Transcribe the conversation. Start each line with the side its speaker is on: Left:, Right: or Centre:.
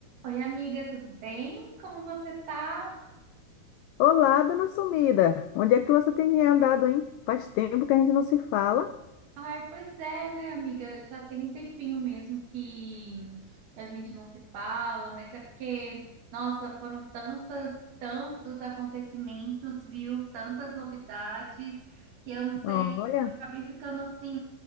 Right: Oi, amiga, tudo bem? Como você tá?
Left: Olá, dona Sumida. Onde é que você tem andado, hein? Faz tempo que a gente não se fala.
Right: Ai, pois é, né, amiga? Já tem um tempinho mesmo que, que a gente não se fala, mas é porque, nossa, foram tantas, tantos acontecimentos, viu? Tantas novidades, que eu não sei,
Left: Olha,
Right: que eu acabei ficando assim,